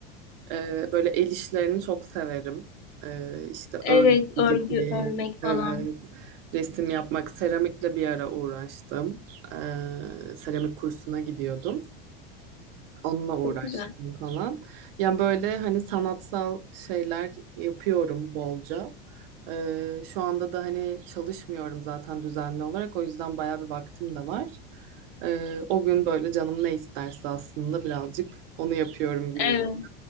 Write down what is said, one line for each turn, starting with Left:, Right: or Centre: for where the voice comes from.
Right: Ee, böyle el işlerini çok severim. Ee, işte
Left: Evet,
Right: örgü
Left: örgü
Right: gibi,
Left: örmek
Right: evet,
Left: falan.
Right: resim yapmak, seramikle bir ara uğraştım. Ee, seramik kursuna gidiyordum. Onunla uğraştım
Left: Çok güzel.
Right: falan. Yani böyle hani sanatsal şeyler yapıyorum bolca. Ee, şu anda da hani çalışmıyorum zaten düzenli olarak. O yüzden bayağı bir vaktim de var. Ee, o gün böyle canım ne isterse aslında birazcık onu yapıyorum gibi
Left: Evet.
Right: oluyor.